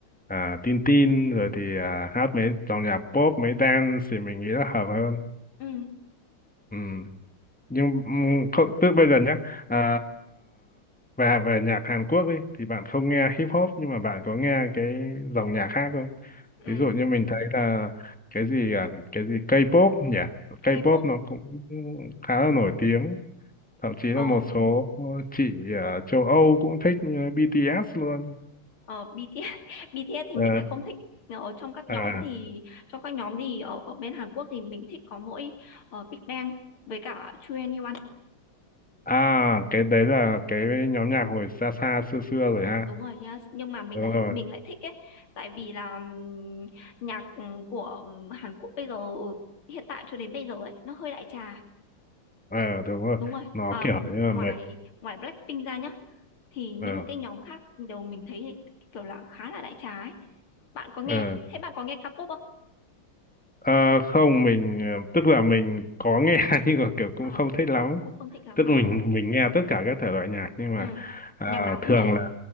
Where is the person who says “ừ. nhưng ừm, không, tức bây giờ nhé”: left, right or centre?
Centre